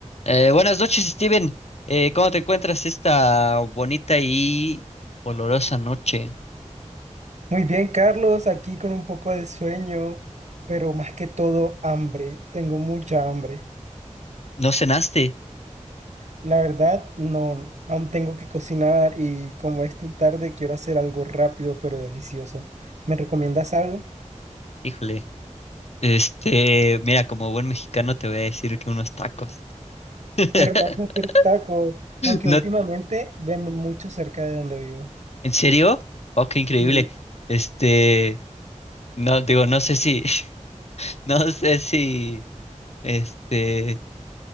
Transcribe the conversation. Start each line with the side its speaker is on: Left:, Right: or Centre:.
Left: Eh, buenas noches, Steven. Eh, ¿cómo te encuentras esta bonita y olorosa noche?
Right: Muy bien, Carlos, aquí con un poco de sueño, pero más que todo hambre. Tengo mucha hambre.
Left: ¿No cenaste?
Right: La verdad, no, aún tengo que cocinar y como es tan tarde, quiero hacer algo rápido pero delicioso. ¿Me recomiendas algo?
Left: Híjole. Este, mira, como buen mexicano te voy a decir que unos tacos. <laughs>
Right: Pero no sé hacer tacos, aunque
Left: No,
Right: últimamente venden mucho cerca de donde vivo.
Left: ¿en serio? Oh, qué increíble.
Right: Sí,
Left: Este, no, digo, no sé si, <laughs> no sé si, este,